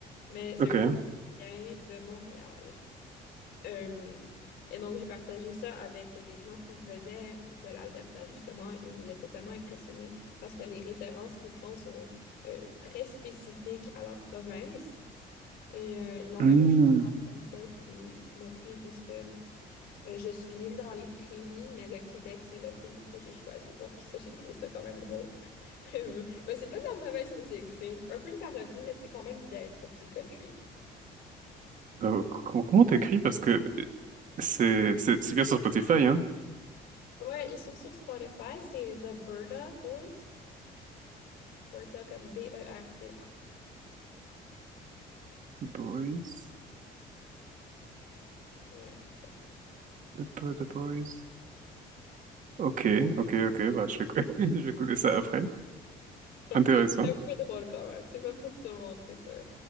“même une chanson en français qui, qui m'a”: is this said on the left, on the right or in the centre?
Left